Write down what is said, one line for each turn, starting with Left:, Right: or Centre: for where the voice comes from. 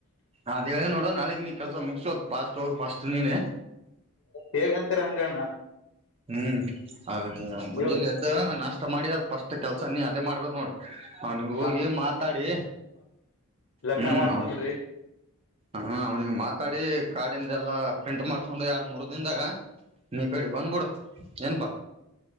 Right: ಅದ ಹೇಳ ನೋಡ ನಾಳಗ್ ನೀ ಕೆಲ್ಸ ಮುಗಸದ್ ಫಾಸ್ಟ್ ಹ ಫಸ್ಟ್ ನೀನೆ
Left: ಹೇಗಂತೀರ ಹಂಗಣ್ಣ
Right: ಹ್ಮ್ದು ಮಂಜೇಲಿ
Left: ನೀವು
Right: ಎದ್ದ ನಾಷ್ಟ ಮಾಡಿ ಅ ಫಸ್ಟ್ ಕೆಲ್ಸ ನೀ ಅದೇ ಮಾಡ್ಬೇಕು ನೋಡು ಹ ನೀವು ಹೋಗಿ
Left: ಹಾ
Right: ಮಾತಾಡಿ
Left: ಲಗ್ನ
Right: ಹ್ಮ್
Left: ಮಾಡ್ಕೊಂಡ್ಬಿಡ್ರಿ
Right: ಹೌದು ಹ್ಮ ಅವ್ನಿಿಗ ಮಾತಾಡಿ ಕಾರ್ಡಿಂದ ಎಲ್ಲಾ ಪ್ರಿಂಟ್ ಮಾಡ್ಸ್ಕೊಂಡು ಎರ ಮೂರ್ ದನ್ದಾಗ ನೀ ಕಡೆ ಬಂದ್ಬಿಡು ಏನಪಾ